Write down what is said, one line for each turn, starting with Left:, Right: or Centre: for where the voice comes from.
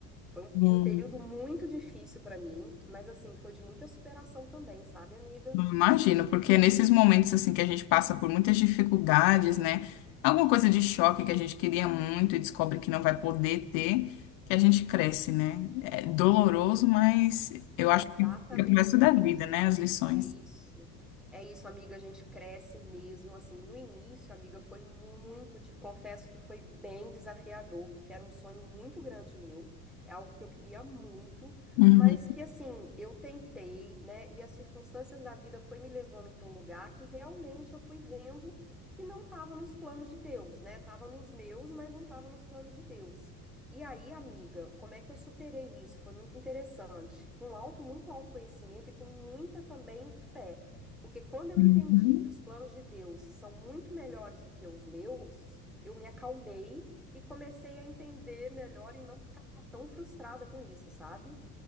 Centre: Foi um,
Left: Hum,
Centre: um período muito difícil pra mim, mas assim, foi de muita superação também, sabe, amiga?
Left: imagino, porque nesses momentos assim que a gente passa por muitas dificuldades, né? Alguma coisa de choque que a gente queria muito e descobre que não vai poder ter, que a gente cresce, né? É doloroso, mas eu
Centre: É
Left: acho
Centre: exatamente
Left: que fica pro resto da
Centre: isso.
Left: vida, né? As lições.
Centre: É isso. É isso, amiga. A gente cresce mesmo assim. No início, amiga, foi muito, te confesso que foi bem desafiador, porque era um sonho muito grande meu. É algo que eu queria muito,
Left: Uhum.
Centre: mas que assim, eu tentei, né? E as circunstâncias da vida foi me levando para um lugar que realmente eu fui vendo que não estava nos planos de Deus, né? Tava nos meus, mas não estava nos planos de Deus. E aí, amiga, como é que eu superei isso? Foi muito interessante. Com alto, muito autoconhecimento e com muita também fé. Porque quando eu
Left: Uhum.
Centre: entendi que os planos de Deus são muito melhores do que os meus, eu me acalmei e comecei a entender melhor e não ficar tão frustrada com isso, sabe?